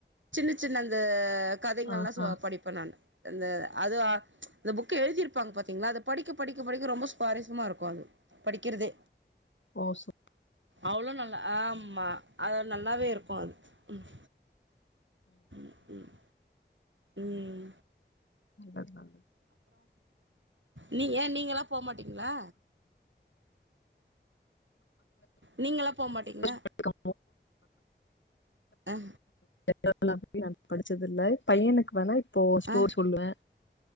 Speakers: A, on the right; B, on the left.
A: சின்ன சின்ன அந்த கதைகள்ல்லா
B: ஆ
A: சோ
B: ஆ
A: படிப்பே நானு இந்த அது ஆ ச்ச இந்த புக்கு எழுதிர்ப்பாங்க பா த்தீங்ளா அது படிக்கப் படிக்கப் படிக்க ரொம்ப சுவாரஸ்யமா இருக்கு அது படிக்கிறதே
B: ஓ சரி
A: அவ்ளோ நல்ல ஆமா அது நல்லாவே இருக்கு அது ம் ம் ம் உம்
B: அதா
A: நீ, ஏன் நீங்க எல்லா போமாட்டீங்களா. நீங்கெல்லாம் போகமாட்டீங்ளா.
B: நல்லது
A: அ
B: <inaudible> படிச்சதில்ல பையனுக்கு வேணா இப்போ ஸ்டோர்
A: அ
B: சொல்லுவே